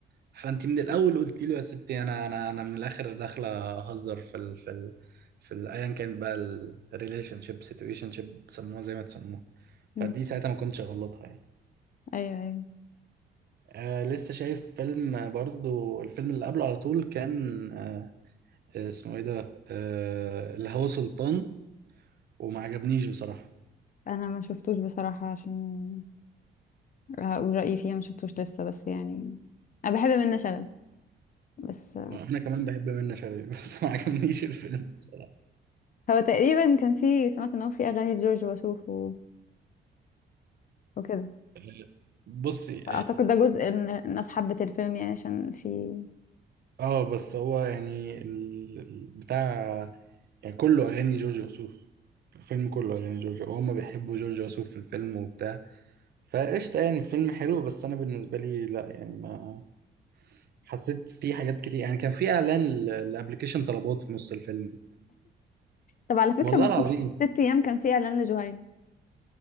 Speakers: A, on the right; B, on the left.
A: فانت من الاول قلت له يا ستي انا انا انا من الاخر داخله اهزر في ال في ال في ال- ايا كانت بقى الريليشن شيب سيتويشن شيب سموها زي ما تسموها فدي
B: أمم.
A: ساعتها ما كنتش غلطها يعني
B: أيوه أيوه
A: آه لسه شايف فيلم آه، برضو الفيلم اللي قبله على طول كان آه اسمه ايه ده آه الهوى سلطان وما عجبنيش بصراحة
B: انا ما شفتوش بصراحة عشان هقول رأيي فيها ما شفتوش لسه بس يعني انا بحب منة شلبي بس
A: انا كمان بحب منة شلبي <laughs> بس ما عجبنيش الفيلم بصراحة
B: <laughs> هو تقريبا كان في سمعت ان هو في اغاني لجورج وسوف و... وكده
A: آه، بصي
B: اعتقد ده جزء ان الناس حبت الفيلم يعني عشان في
A: اه بس هو يعني ال- ال- بتاع يعني كله اغاني جورج وسوف الفيلم كله اغاني جورج وهم بيحبوا جورج وسوف في الفيلم وبتاع فقشطه يعني الفيلم حلو بس انا بالنسبه لي لا يعني ما حسيت في حاجات كتير يعني كان في اعلان ل- لابلكيشن طلبات في نص الفيلم
B: طب على فكرة
A: والله
B: من
A: العظيم
B: ست ست ايام كان في اعلان لجهينة